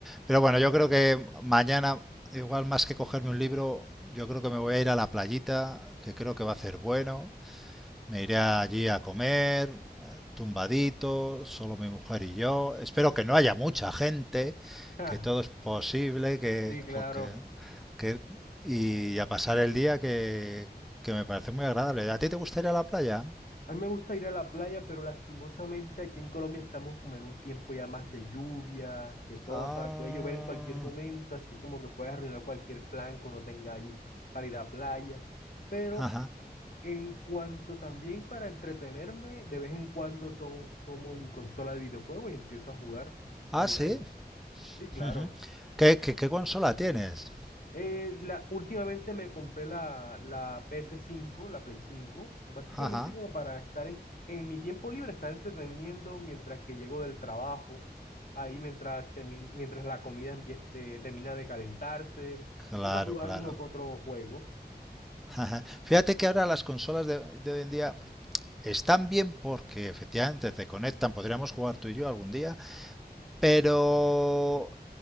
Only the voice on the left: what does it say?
Ja,
Sí, claro.
A mí me gusta ir a la playa, pero lastimosamente aquí en Colombia estamos como en un tiempo ya más de lluvia, que todo,
o sea, puede llover en cualquier momento, así como que puede arruinar cualquier plan que uno tenga ahí para ir a playa. Pero
en cuanto también para entretenerme, de vez en cuando to- tomo mi consola de videojuegos y empiezo a jugar
online.
Sí, claro.
Eh, la, últimamente me compré la, la PS5, la Play 5, básicamente
como para estar en, en mi tiempo libre, estar entreteniendo mientras que llego del trabajo, ahí mientras, termin- mientras la comida empiece, termina de calentarse,
pongo a jugar
uno que otro juego.